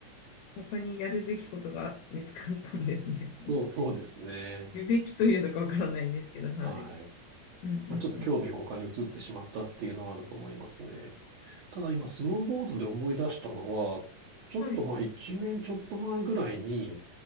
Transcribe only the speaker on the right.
そう、
そうですね。
はい。
まあ、ちょっと興味が他に移ってしまったっていうのはあると思いますね。ただ今、スノーボードで思い出したのは、ちょっとまあ1年ちょっと前ぐらいに、